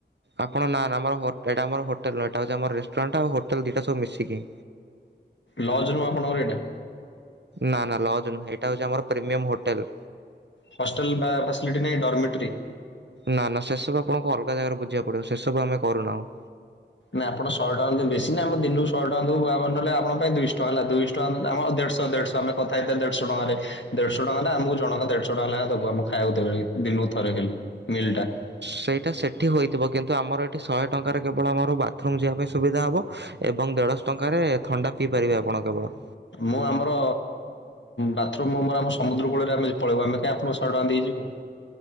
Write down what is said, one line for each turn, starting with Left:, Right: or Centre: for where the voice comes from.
Right: ଆପଣ ନା ନା ଏଇଟା ଆମର ହୋଟେଲ ଏଇଟା ହଉଛି ଆମର ରେଷ୍ଟରାଣ୍ଟ ଆଉ ହୋଟେଲ ଦିଟା ସବୁ ମିଶିକି।
Left: ଲଜ୍ ନୁହଁ ଆପଣଙ୍କର ଏଇଟା?
Right: ନା ନା ଲଜ୍ ନୁହଁ, ଏଇଟା ହଉଛି ଆମ ପ୍ରିମିୟମ୍ ହୋଟେଲ।
Left: ହଷ୍ଟେଲ ଫସିଲିଟି ନାଇଁ ଡର୍ମେଟରୀ?
Right: ନା ନା ସେ ସବୁ ଆପଣଙ୍କୁ ଅଲଗା ଜାଗାରେ ବୁଝିବା ପଡିବ, ସେ ସବୁ ଆମେ କରୁନାହୁଁ।
Left: ନା ଆପଣ ଶହ ଟଙ୍କା ଦିଅନ୍ତୁ ବେଶୀ ନା ଆମ ଦିନକୁ ଶହ ଟଙ୍କା ଦେବୁ, ନହେଲେ ଆପଣ ପାଇଁ ଦୁଶ ଟଙ୍କ ହେଲା ଦୁଇଶ ଆମ ଦେଢଶହ ଦେଢଶହ ଆମେ କଥା ହେଇଥିଲେ ଦେଢଶହ ଟଙ୍କାରେ। ଦେଢଶ ଟଙ୍କା ନା ଆମକୁ ଜଣଙ୍କା ଦେଢଶ ଟଙ୍କା ଲେଖା ଦୋବୁ ଆମୁକୁ ଖାଇବାକୁ ଦେବେଳିକି ଦିନୁକୁ ଥରେ ଖାଲି ମିଲଟା।
Right: ସେଇଟା ସେଇଠି ହୋଇଥିବ କିନ୍ତୁ ଆମର ଏଇଠି ଶହେ ଟଙ୍କାରେ କେବଳ ଆମର ବାଥରୁମ୍ ଯିବା ପାଇଁ ସୁବିଧା ହେବ ଏବଂ ଦେଢଶହ ଟଙ୍କାରେ ଥଣ୍ଡା ପିଇ ପାରିବେ ଆପଣ କେବଳ।
Left: ମୁଁ ଆମର ବାଥରୁମ ମୋର ଆମ ସମୁଦ୍ର କୂଳରେ ଆମେ ପଳେଇବୁ ଆମେ କାଇହିଁ ଆପଣ ଶହେ ଟଙ୍କା ଦେଇଯିବୁ।